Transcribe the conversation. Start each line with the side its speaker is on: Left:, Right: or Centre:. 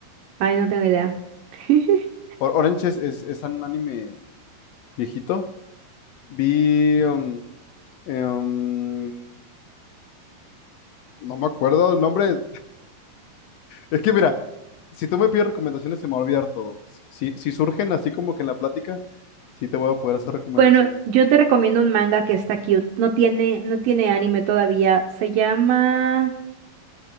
Right: Ay, no tengo idea. <laughs>
Left: O- Orange es, es, es un anime viejito Vi, um, eh, um, no me acuerdo el nombre. Es que mira, si tú me pides recomendaciones se me va a olvidar todo. Si, si surgen así como que en la plática, sí te voy a poder hacer recomendaciones.
Right: Bueno, yo te recomiendo un manga que está cute. No tiene, no tiene anime todavía. Se llama,